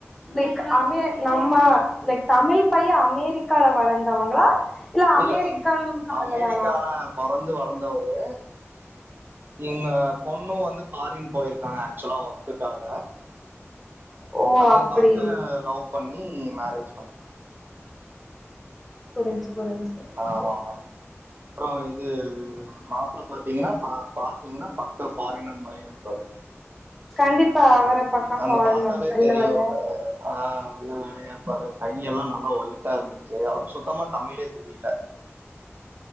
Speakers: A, in the centre; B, on the right.
A: like அமெ நம்ம லைக் தமிழ் பையே அமெரிக்கால வளந்தவங்களா அமெரிக்கன்
B: இல்ல மேம்
A: பசங்க
B: அமெரிக்கால
A: தானா
B: பொறந்து வளந்தவரு இவுங்க பொண்ணு வந்து ஃபாரின் போயிருக்காங்க ஆக்சுவலா ஒர்க்குக்காக
A: ஓ
B: அங்க
A: அப்டி
B: பாத்து லவ் பண்ணி மேரேஜ் பண்
A: புரிஞ்சு புரிஞ்சு
B: ஆமாமா அப்றோ இது மாப்ள பாத்தீங்கன்னா பா பாத்தீங்கன்னா பாக் க ஃபாரினர் மாரி இருப்பாரு
A: கண்டிப்பா அவர பக்கா
B: அந்த
A: ஃபாரினர்
B: பாத்தாலே
A: வெள்ள
B: தெரியும்
A: வெள்ளையா
B: ஆ வெள்ள மாரிதா இருப்பாரு கையெல்லா நல்லா ஒயிட்டா இருந்தது சேரி அவருக்கு சுத்தமா தமிழே தெரில